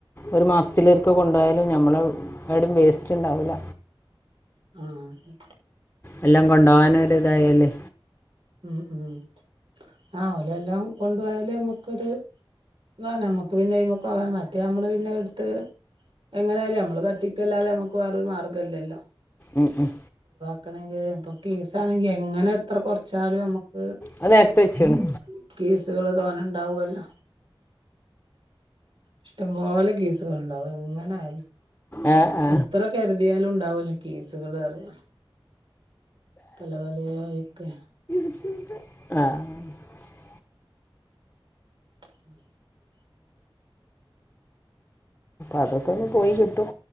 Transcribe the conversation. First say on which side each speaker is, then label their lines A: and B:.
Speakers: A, on the left (about 20°); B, on the right (about 65°).
A: ഒരു മാസത്തിലൊരിക്കെ കൊണ്ടായാലും ഞമ്മള് <unintelligible> സ്റ്റ് ണ്ടാവൂല
B: ആഹ്
A: എല്ലം കൊണ്ടാവാനൊര് ഇതായാലെ
B: ഉം ഉം ആഹ് ഓലെല്ലം കൊണ്ടുപോയല് നമ്മക്കൊര് ന്നാ നമുക്ക് പിന്നെ അയ്മക്കോകാൻ മര് മറ്റേ നമ്മള് പിന്നെ എടുത്ത് എങ്ങനെയല്ല നമ്മള് കത്തിക്കല്ലാതെ നമ്മുക്ക് വേറൊരു മാർഗമല്ലല്ലോ
A: ഉം ഉം
B: ക്കണങ്കി പ്പ കീസ ആണെങ്കി എങ്ങനെ എത്ര കൊറച്ചാലും നമ്മുക്ക്
A: അത് നേരത്തെ വെച്ചാണ്
B: എ കീസുകൾ തോന ണ്ടാവുല്ലോ ഇഷ്ടംപോലെ കീസുകൾണ്ടാവും എങ്ങനെ ആയാലും
A: ആ ആ
B: എത്ര കരുതിയാലും ഉണ്ടാവല്ലോ കീസുകൾ അറിയ പല വല വൈക്കെ
A: ആഹ്
B: ഉം
A: അതൊക്കെ ഒന്ന് പോയി കിട്ടും